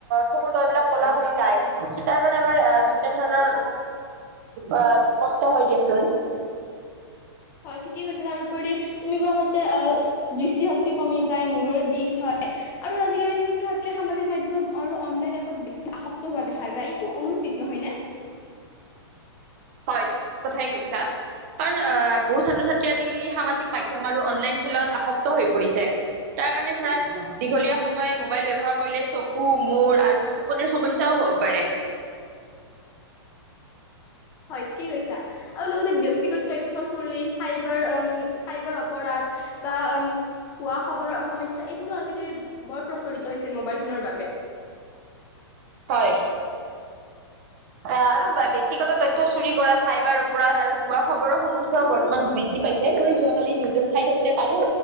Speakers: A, on the right; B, on the left.
A: চকুৰ তল বিলাক কলা হৈ যায় তাৰ কাৰণে আমাৰ বিভিন্ন ধৰণৰ অ কষ্ট হয় দিয়াচোন
B: হয় ঠিকেই কৈছে তাৰপৰি তুমি গোৱা মতে অ দৃষ্টিশক্তি কমি যায় মূৰৰ বিষ হয় আৰু আজিকালি ছাত্ৰ ছাত্ৰী সামাজিক মাধ্যমত আৰু অনলাইন এপত আশক্ত হোৱা দেখা যায় টো অনুচিত নহয় নে
A: হয় তুমি ঠিক কথাই কৈছা কাৰণ আহ বহু ছাত্ৰ ছাত্ৰী আজিকালি সামাজিক মাধ্যমত আৰু অনলাইন খেলত আসক্ত হৈ পৰিছে তাৰ কাৰণে ধৰা দীঘলীয়া সময় মোবাইল ব্যৱহাৰ কৰিলে চকু মূৰ আৰু টোপনিৰ সমস্যাও হব পাৰে
B: হয় ঠিকেই কৈছা আৰু লগতে ব্যক্তিগত তথ্য চুলি চাইবাৰ চাইবাৰ অপৰাধ বা অম খোৱা খবৰ সমস্যা এইবোৰো আজিকালি বৰ প্ৰচলিত হৈছে মোবাইল ফোনৰ বাবে
A: হয় অ আৰু ব্যক্তিগত তথ্য চুৰি কৰা চাইবাৰ অপৰাধ আৰু কোৱা খবৰৰ সমস্যও
B: বাবে
A: বৰ্তমান বৃদ্ধি পাইছে ম‌ই জোৱা কালি নিউজত চাই থাকোতে পালো